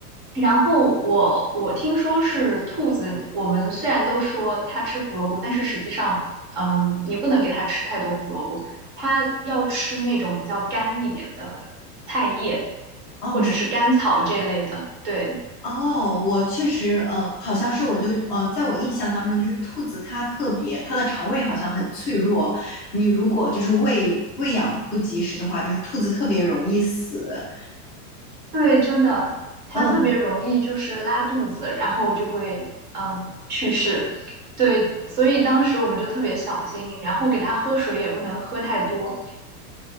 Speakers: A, on the right; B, in the centre.
A: 然后我我听说是兔子，我们虽然都说它吃胡萝卜，但是实际上，嗯，你不能给它吃太多胡萝卜，它要吃那种比较干一点的菜叶
B: 哦，
A: 或者是甘草这类的，
B: 是。
A: 对。
B: 哦，我确实，呃，好像是我就，呃，在我印象当中，就是兔子它特别，它的肠胃好像很脆弱，你如果就是喂喂养不及时的话，就是兔子特别容易死。
A: 对，真的，它特别容易就是拉肚子，
B: 嗯，
A: 然后就会嗯去世。对，所以当时我们就特别小心，然后给它喝水也不能喝太多，